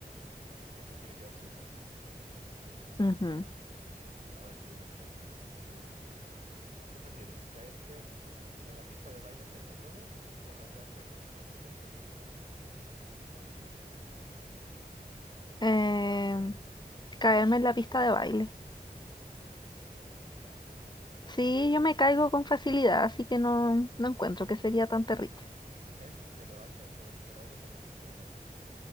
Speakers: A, on the right; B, on the left.
A: ¿quién se quiere quedar sin internet?
B: Ujú.
A: A ver, sigo yo entonces. Dice, ¿qué prefieres? ¿Caerte en la pista de baile frente a todos o rasgarte el vestido que estás usando frente a todos?
B: Em, caerme en la pista de baile.
A: Sí, ¿verdad?
B: Sí, yo me caigo con facilidad, así que no, no encuentro que sería tan terrible.
A: Te caes y te levantas, pero si te rasgas el vestido, ¿qué haces?